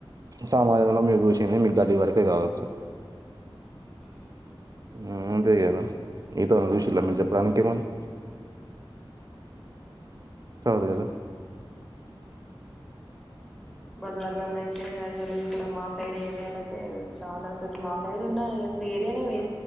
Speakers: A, on the right; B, in the centre.
A: సమాజంలో మీరు చూసింది మీకు గలీ వరకే కావచ్చు
B: ఉమ్
A: ఉమ్ అంతేగద మీత వాళ్ళని చూసిండ్ర మీరు చెప్పడానికి ఏమన్నా
B: ఏమో అండి చూడాలి.
A: కాదు కదా
B: బజారాలలా నయితే తెలీదు ఇక్కడ మా సైడ్ ఏరియాలోయితే చాలా అసలు మా సైడ్ ఉన్ డాయి